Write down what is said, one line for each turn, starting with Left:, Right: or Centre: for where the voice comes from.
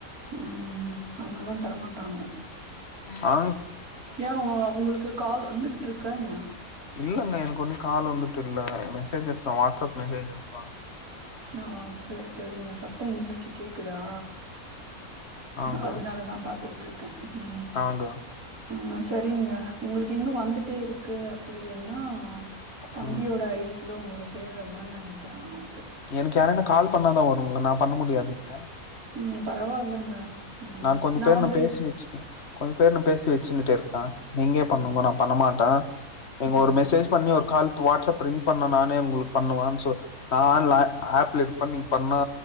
Right: ம் அவுங்கல்லா தரமாட்டாங்க
Left: ஆ
Right: <unintelligible> உங்ளுக்கு கால் வந்துகிட்டு இருக்கா என்ன
Left: இல்லங்க எனகொன்னு கால் வந்துட்டு இல்ல மெசேஜஸ்தா வாட்ஸ்அப் மெசேஜஸ்தா
Right: ஆ செரி செரிங்க சத்தம் இங்கக்கி கேக்குதா
Left: ஆங்க
Right: அதனாலதா பாத்துட் ட்ருக்க ம்
Left: ஆங்க
Right: மஜ் செரிங்க உங்ளுக்கு இன்னு வந்துட்டே இருக்கு அப்டி என்னா தம்பியோட
Left: ம்
Right: ஐ டிப் கூட உங்ளுக்கு தேவயில்லனு நெனைக்கிற நா வந்து
Left: எனக் யாரானா கால் பண்ணாதா வருங்க நா பண்ண முடியாதுங்க
Right: ம் பரவால்லங்க ம்.
Left: நா கொஞ்ச
Right: நான்
Left: பேர்
Right: வந்து
Left: நா பேசி வச்சுக்கே கொஞ்ச பேரு நா பேசி வச்சுனுட்டு இருக்கெ நீங்கே பண்ணுங்கொ
Right: அ
Left: நா பண்ண மாட்டே நீங்க
Right: ம்
Left: ஒரு மெசேஜ் பண்ணி ஒரு கால் டு வாட்ஸ்அப் ரிங்க் பண்ணா நானே உங்களுக் பண்ணுவேன் சொ நா ஆன்ல ஆப்ல இருப்பே நீங்க பண்ணா